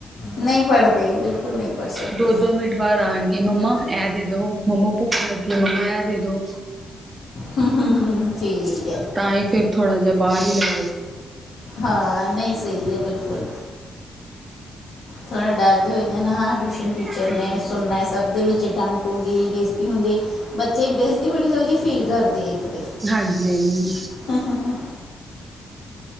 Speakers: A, on the left (about 75°); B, on the right (about 25°).
A: ਨਹੀਂ ਪੜ੍ਹਦੇ, ਬਿਲਕੁਲ ਨਹੀਂ ਪੜ੍ਹ ਸਕਦੇ।
B: ਦੋ ਦੋ ਮਿੰਟ ਬਾਅਦ ਆਣਗੇ ਮੰਮਾ
A: ਹਾਂਜੀ
B: ਇਹ ਦੇ ਦੋ, ਮੰਮਾ ਭੁੱਖ ਲੱਗੀ ਐ ਮੰਮਾ ਇਹ ਦੇ ਦੋ
A: ਹੂੰ-ਹੂੰ--ਹੂੰ ਠੀਕ ਐ।
B: ਤਾਂ ਇਹ ਫਿਰ ਥੋੜਾ ਜਹਾ ਬਾਹਰ ਹੀ ਲੱ
A: ਹਾਂ, ਨਹੀਂ ਸਹੀ ਐ ਬਿਲਕੁਲ। ਥੋੜਾ ਡਰ ਤੇ ਹੋਏਗਾ ਨਾ, ਹਾਂ ਟਿਊਸ਼ਨ ਟੀਚਰ
B: ਹਾਂਜੀ
A: ਨੇ ਸੁਣਨਾ ਟੱਬ ਦੇ ਵਿੱਚ ਡੰਟ ਹੋ ਗਈ ਬੇਇਜ਼ਤੀ ਹੁੰਦੀ, ਬੱਚੇ ਬੇਇਜ਼ਤੀ ਬੜੀ ਜਲਦੀ ਫੀਲ ਕਰਦੇ ਇੱਕ ਤੇ।
B: ਹਾਂਜੀ -ਹਾਂਜੀ।
A: ਹੂੰ- ਹੂੰ, ਹਾਂ।